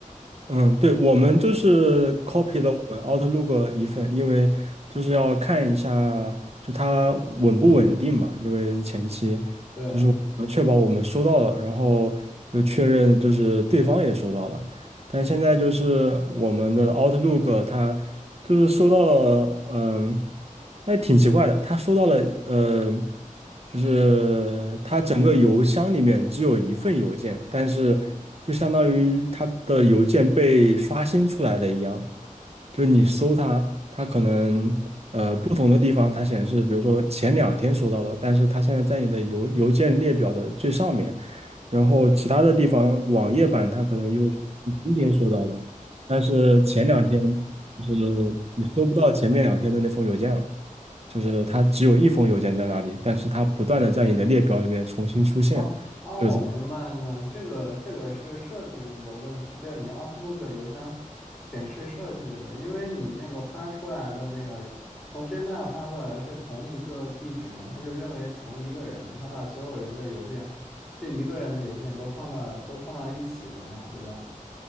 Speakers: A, on the right (about 50°); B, in the centre.
A: 嗯，对，我们就是 copy
B: 嗯，
A: 了我们 Outlook 的一份，因为就是要看一下就它稳不稳定嘛，因为前期
B: 对。
A: 要确保我们收到了，然后就确认就是对方也收到了，但现在就是我们的 Outlook，它就是收到了，嗯，那挺奇怪的，它收到了，呃，就是它整个邮箱里面只有一份邮件，但是就相当于它的邮件被刷新出来了一样，就是你搜它，它可能呃不同的地方它显示，比如说前两天收到的，但是它现在在你的邮邮件列表的最上面。然后其他的地方网页版它可能又是你今天收到的，但是前两天就是你搜不到前面两天的那封邮件了，就是它只有一封邮件在那里，但是它不断的在你的列表里面重新出现，
B: 哦啊，我明白了，
A: 就是
B: 这个这个是设置的问题，这是你 Outlook 邮箱显示设置的，因为你那个发出来的那个从 Gmail 发过来是同一个地址嘛，他就认为同一个人，他把所有人的邮件，这一个人的邮件都放到都放到一起了嘛，对吧？